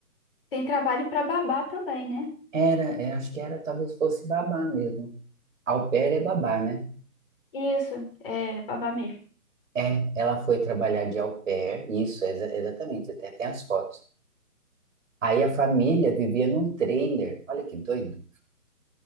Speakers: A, on the left; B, on the right.
A: Tem trabalho para babar também, né?
B: era, é, acho que era, talvez fosse babá mesmo. Au pair é babá, né?
A: Isso, é babar mesmo.
B: É, ela foi trabalhar de au pair, isso, exa- exatamente, até tem as fotos. Aí a família vivia num trailer, olha que doido.